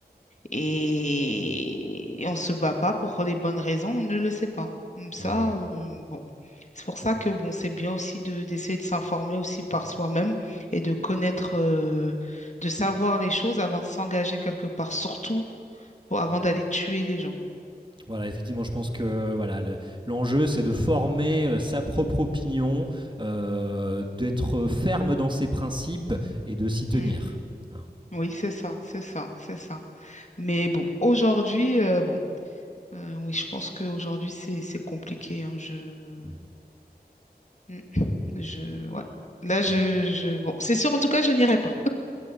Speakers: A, on the left (about 45°); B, on the right (about 30°).
A: Et on se bat pas pour les bonnes raisons, on ne le sait pas. Comme Ça,
B: Mhm.
A: euh, bon, c'est pour ça que bon, c'est bien aussi de d'essayer de s'informer aussi par soi-même et de connaître, euh, de savoir les choses avant de s'engager quelque part, surtout pour- avant d'aller tuer des gens.
B: Voilà, effectivement, je pense que voilà, le- l'enjeu, c'est de former euh, sa propre opinion, euh, d'être ferme dans ses principes et de s'y tenir.
A: Hmm.
B: Hein.
A: Oui, c'est ça, c'est ça, c'est ça. Mais bon, aujourd'hui, euh, bon, euh, oui, je pense qu'aujourd'hui, c'est c'est compliqué. hein, je,
B: Mm.
A: Hmm.
B: Bien.
A: je, ouais. Là, je,
B: Donc,
A: je, bon, c'est sûr, en tout cas, je n'irai pas.